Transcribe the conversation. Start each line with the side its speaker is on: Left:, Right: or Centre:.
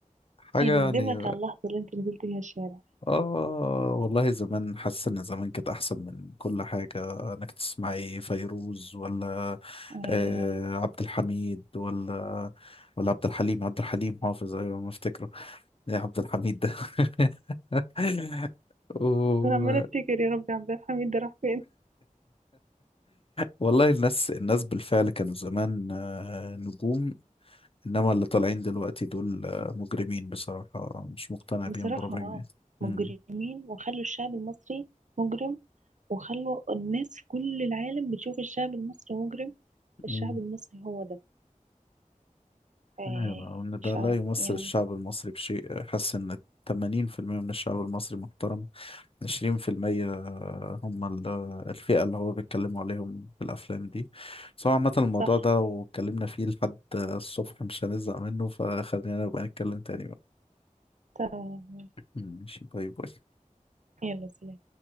Left: حاجة
Right: هيندمك
Left: يعني
Right: على اللحظة اللي انت نزلت فيها الشارع
Left: آه والله زمان حاسس إن زمان كانت أحسن من كل حاجة إنك تسمعي فيروز ولا
Right: آه،
Left: آه عبد الحميد ولا ولا عبد الحليم عبد الحليم حافظ أيوة ما أفتكره يا عبد الحميد ده <laughs> و...
Right: انا عماله افتكر يا ربي عبد الحميد ده راح فين
Left: والله الناس الناس بالفعل كانوا زمان آه، نجوم انما اللي طالعين دلوقتي دول آه، مجرمين بصراحة مش مقتنع
Right: بصراحة
Left: بيهم بربع
Right: اه
Left: جنيه
Right: مجرمين
Left: امم
Right: وخلوا الشعب المصري مجرم وخلوا الناس في كل العالم بتشوف الشعب المصري مجرم الشعب
Left: امم
Right: المصري هو ده آه،
Left: ايوه ان ده
Right: ف
Left: لا يمثل
Right: يعني
Left: الشعب المصري بشيء حاسس ان 80% من الشعب المصري محترم عشرين في المية هم ال- الفئة اللي هو بيتكلموا عليهم في الأفلام دي بس هو عامة الموضوع
Right: صح
Left: ده واتكلمنا فيه لحد الصبح مش هنزهق منه فخلينا نبقى نتكلم تاني بقى
Right: تمام
Left: ماشي باي باي
Right: يلا سلام